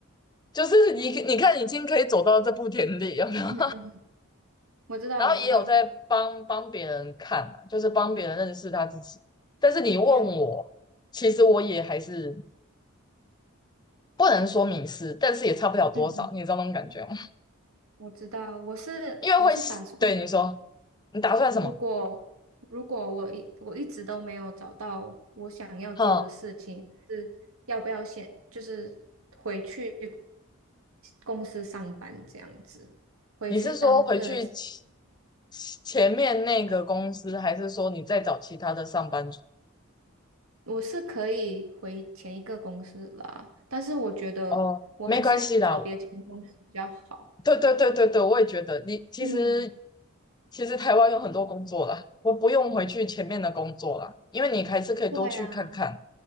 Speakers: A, on the left; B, on the right.
A: 就是你你看已经可以走到这步田地，
B: 那
A: 有没有？<laughs>
B: 嗯嗯，我知道，
A: 然后也有在帮帮别人看啊就是帮别人认识他自己。
B: 我知道，
A: 但是你问我，
B: 了，
A: 其实我也还是不能说迷失，但是也差不了多少，
B: 嗯嗯，
A: 你知道那种感觉吗？
B: 我知道，我是我是打算。
A: <laughs> 因为会对你说，你打算什么？
B: 如果如果我一我一直都没有找到我想要做的事情，
A: 哼，
B: 是要不要先就是回去公司上班这样子，回去当个
A: 你是说回去前前面那个公司，还是说你再找其他的上班族？
B: 我是可以回前一个公司啦，但是我觉得我还是要找别间公司比较好。
A: 哦，没关系啦，对对对对对，我也觉得你其实
B: 嗯，
A: 其实台湾有很多工作啦，我不用回去前面的工作啦，因为你还是可以多去看看，
B: 对啊，